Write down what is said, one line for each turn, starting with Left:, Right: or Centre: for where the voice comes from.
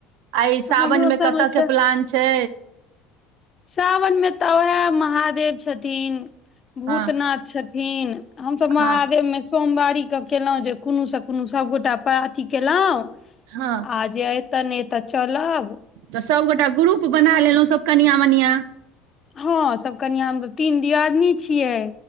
Right: आइ सावन
Left: हमरो
Right: में
Left: समाचार
Right: कतय के प्लान छै
Left: सावन में तऽ उएह महादेव छथिन भूतनाथ
Right: हँ
Left: छथिन हम तऽ महादेव
Right: हँ
Left: में सोमवारी के केलहुँ जे कोनो से कोनो सभगोटा अथी केलहुँ
Right: हँ
Left: आज अ त ने तऽ चलाब
Right: तऽ सबगोटा ग्रुप बना लेलहुँ सब कनिया मनििया
Left: हँ सब कनिया हम तीन दियादनी छियै